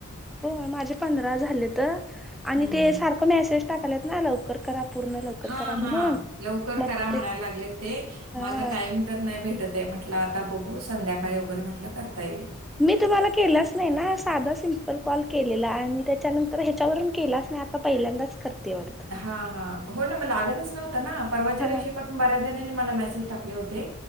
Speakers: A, in the centre; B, on the right (about 85°).
A: हो माझे पंधरा झालेत आणि
B: हं.
A: ते सारखं मेसेज टाकायलेत ना लवकर करा पूर्ण लवकर
B: हा
A: करा म्हणून
B: हा लवकर
A: मग
B: करा म्हणायला
A: ते
B: लागलेत ते
A: हा
B: मग आता टाइम तर नाही भेटत आहे म्हटलं आता बघू संध्याकाळी वगैरे म्हटलं करता येईल
A: मी तुम्हाला केलाच नाही ना साधा सिम्पल कॉल केलेला आणि त्याच्यानंतर ह्याच्यावरून केलाच नाही आता पहिल्यांदाच करते वाटतं
B: हा हा हो ना मला लागतच ना परवाच्या
A: हा
B: रेषे पाासून बऱ्याच आणि मला मेसेज टाकले होते